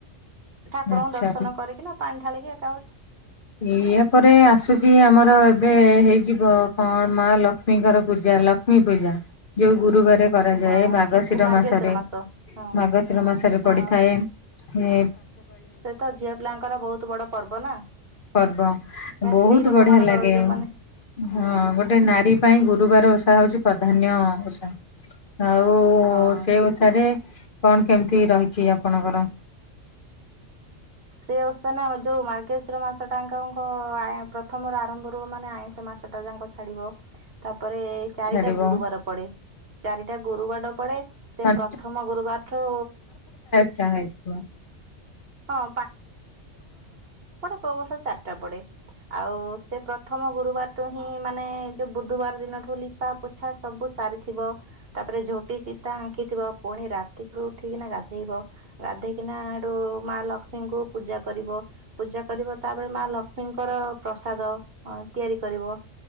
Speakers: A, on the right; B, on the left.
A: ଠାକୁରଙ୍କୁ
B: ଆଚ୍ଛା
A: ଦର୍ଶନ କରିକି ନା ପାଣି ଢାଳିକି ଆ
B: ଇଆ ପରେ ଆସୁଛି ଆମର ଏବେ ହେଇଯିବ କଣ ମା ଲକ୍ଷ୍ମୀଙ୍କର ପୂଜା ଲକ୍ଷ୍ମୀ ପୂଜା ଯୋଉ ଗୁରୁବାର କରାଯାଏ
A: ହଁ
B: ମାଗଶିର
A: ଗୁମାର୍ଗେଶ୍ଵର
B: ମାସରେ
A: ମାସ ହଁ
B: ମାଗଶିର ମାସରେ
A: ହଁ
B: ପଡିଥାଏ ହୁଁ।
A: ସେ ତ ଝିଅ ପିଲାଙ୍କର ବହୁତ ବଡ ପର୍ବ ନା।
B: ପର୍ବ
A: କା
B: ବହୁତ
A: ସ୍ତ୍ରୀ ଲୋକମାନଙ୍କର
B: ବଢିଆ ଲାଗେ।
A: ଯୋଉମାନେ ହୁଁ
B: ହଁ ଗୋଟେ ନାରୀ ପାଇଁ ଗୁରୁବାର ଓଷା ହଉଛି ପ୍ରଧାନ୍ୟ ଓଷା ଆଉ
A: ହଁ।
B: ସେ ଓଷାରେ କଣ କେମିତି ରହିଛି ଆପଣଙ୍କର?
A: ସେ ଓଷା ନା ଯୋଉ ମର୍ଗେଶ୍ଵର ମାସ ଟାଙ୍କ ଙ୍କ ଆ ପ୍ରଥମରୁ ଆରମ୍ଭ ରୁ ମାନେ ଆଇଁଷ ମା ମାସଟା ଯାଙ୍କ ଛାଡିବ ତା ପରେ ଚାରିଟା
B: ଛାଡିବ?
A: ଗୁରୁବାର ପଡେ ଚାରିଟା ଗୁରୁବାଡ ପଡେ ସେ
B: ହଁ
A: ପ୍ରଥମ ଗୁରୁବାରଠୁ
B: <unintelligible>
A: ହଁ ସ ବର୍ଷ ଚାରିଟା ପଡେ ଆଉ ସେ ପ୍ରଥମ ଗୁରୁବାରୁଟୁ ହିଁ ମା ମାନେ ଯୋଉ ବୁଧୁବାର ଦିନଠୁ ଲିପା ପୋଛା ସବୁ ସାରିଥିବ ତାପରେ ଝୋଟି ଚିତା ଆଙ୍କି ଥିବ ପୁଣି ରାତିକୁ ଉଠିକିନା ଗାଧେଇବ ଗାଧେଇକିନା ଏଠୁ ମା ଲକ୍ଷ୍ମୀଙ୍କୁ ପୂଜା କରିବ ପୂଜା କରିବ ତାପରେ ମା ଲକ୍ଷ୍ମୀଙ୍କର ପ୍ରସାଦ ଅ ତିଆରି କରିବ